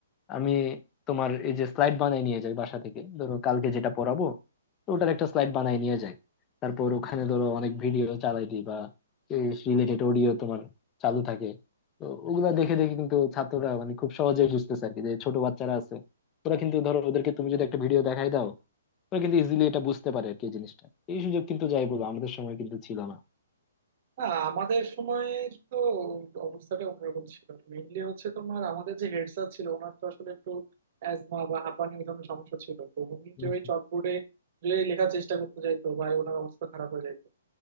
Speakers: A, on the left; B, on the right.
A: আমি তোমার এই যে স্লাইড বানাই নিয়ে যাই বাসা থেকে ধরো কালকে যেটা পড়াবো তো ওটার একটা স্লাইড বানাই নিয়ে যাই তারপর ওখানে ধরো অনেক ভিডিও চালাই দিই বা রিলেটেড অডিও তোমার চালু থাকে তো ওগুলা দেখে দেখে কিন্তু ছাত্ররা মানে খুব সহজেই বুঝতেছে আর কি যে ছোট বাচ্চারা আছে ওরা কিন্তু ধরো ওদেরকে তুমি যদি একটা ভিডিও দেখাই দাও ওরা কিন্তু ইজিলি এটা বুঝতে পারে আর কি এই জিনিসটা এই সুযোগ কিন্তু যাই বলবো আমাদের সময় কিন্তু ছিল না
B: আহ, আমাদের সময় তো অবস্থাটা অন্যরকম ছিল মেইনলি হচ্ছে তোমার আমাদের যে হেড স্যার ছিল ওনার তো আসলে একটু অ্যাজমা বা হাঁপানি এই ধরনের সমস্যা ছিল তো উনি যে
A: হম
B: ওই চকবোর্ডে যে লেখার চেষ্টা করতে যাইতো ভাই ওনার অবস্থা খারাপ হয়ে যাইতো